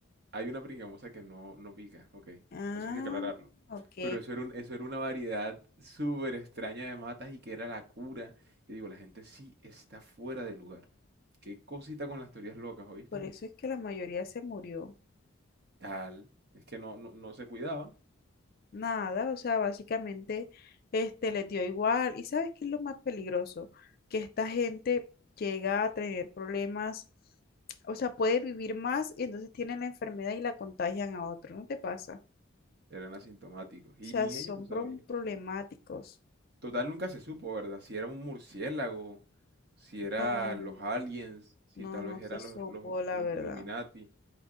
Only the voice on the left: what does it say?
Ah,
ok.
Por eso es que la mayoría se murió.
Nada, o sea, básicamente este les dio igual. ¿Y sabes qué es lo más peligroso? Que esta gente llega a tener problemas, o sea, puede vivir más y entonces tienen la enfermedad y la contagian a otro, ¿no te pasa?
O sea,
son
pro-
problemáticos.
No,
no,
no
se
supo,
la
verdad.